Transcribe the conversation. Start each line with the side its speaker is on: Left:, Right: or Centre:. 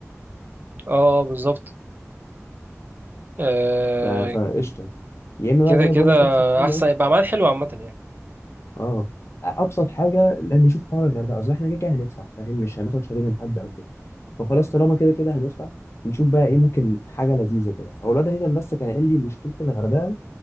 Right: اه آه، بالظبط آه،
Left: ف- فقشطة يا اما
Right: كده
Left: بقى زي
Right: كده
Left: ما بقول لك ابسط حاجه
Right: احسن يبقى عمال حلو عامه يعني
Left: اه ابسط حاجه لان نشوف حوار الغردقه اصل احنا كده كده هندفع فاهم مش هناخد شاليه من حد او كده فخلاص طالما كده كده هندفع نشوف بقى ايه ممكن حاجه لذيذه كده هو الواد هيثم بس كان قال لي مشكله الغردقه